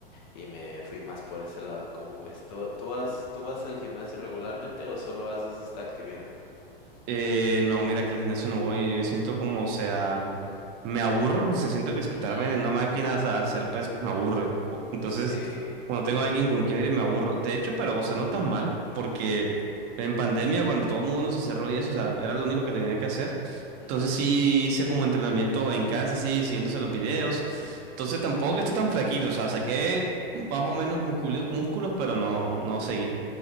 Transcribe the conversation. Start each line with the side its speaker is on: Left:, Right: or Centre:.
Left: y me fui más por ese lado. ¿Cómo ves? ¿Tú, tú vas, tú vas al gimnasio regularmente o solo haces esta actividad?
Right: Eh, no, mira que el gimnasio no voy, yo siento como, o sea, me aburro, o sea, siento que sentarme
Left: Ujú,
Right: en una máquina o sea, al ser pez me aburre. O- Entonces,
Left: Sí,
Right: cuando tengo a alguien con quien ir me aburro. De hecho, pero, o sea, no tan mal, porque en pandemia cuando todo el mundo se cerró y eso, o sea, era lo único que tenía que hacer. Entonces
Left: ujú,
Right: sí hice como entrenamiento en casa, así, siguiéndose los videos. Entonces tampoco estoy tan flaquito, o sea, saqué más o menos músculo- músculos, pero no, no seguí.